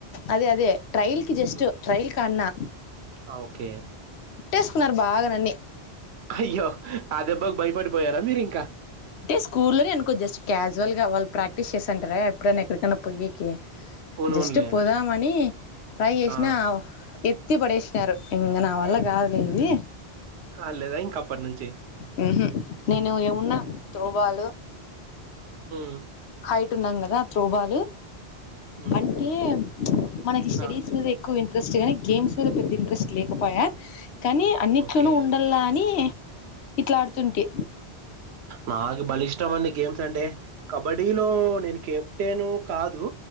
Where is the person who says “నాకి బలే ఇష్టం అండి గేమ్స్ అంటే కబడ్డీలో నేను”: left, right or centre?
Right